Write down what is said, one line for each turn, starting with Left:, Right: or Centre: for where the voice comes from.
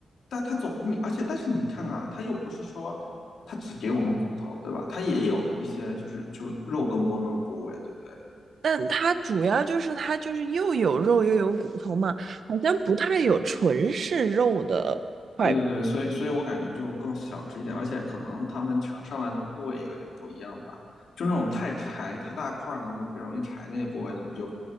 Left: 但它总你，而且但是你看啊，它又不是说它只给我们骨头，对吧？它也有一些就是就是肉更多的那种部位，对不对？
Right: 但它主要就是它就是又有肉又有骨头嘛，好像不太有纯是肉的块骨，
Left: 对对对，所以所以我感觉就更小只一点，而且可能他们呈上来的部位也有点不一样吧，就那种太柴、太大块儿的那种比较容易柴的那些部位，他们就